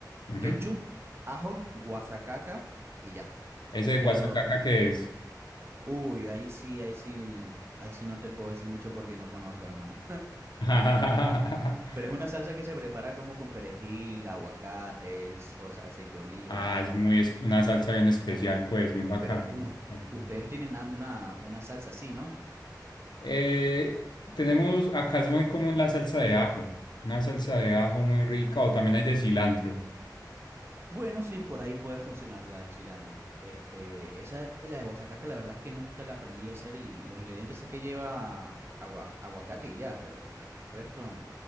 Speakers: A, on the left; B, on the right.
A: Ujú.
B: Ketchup, ajo, guasacaca y ya.
A: Ese de
B: Tíraslo.
A: guasacaca qué es.
B: Uy, ahí sí, ahí sí, ahí sí no te puedo decir mucho porque no conozco, hermano.
A: <laughs>
B: <laughs> Pero es una salsa que se prepara como con perejil, aguacates, o sea, aceite de oliva,
A: Ah,
B: ajo.
A: es muy es- una salsa bien especial, pues, bien bacana.
B: Pero u-
A: Eh,
B: ustedes tienen a- una, una salsa así, ¿no?
A: eh, tenemos, acá es muy común la salsa de ajo. Una salsa de ajo muy rica, o también hay de cilantro.
B: Bueno, sí, por ahí puede funcionar la de cilantro. Este, esa de la de guasacaca, la verdad es que nunca la aprendí a hacer y, y los ingredientes sé que lleva agua- aguacate y ya, pero el resto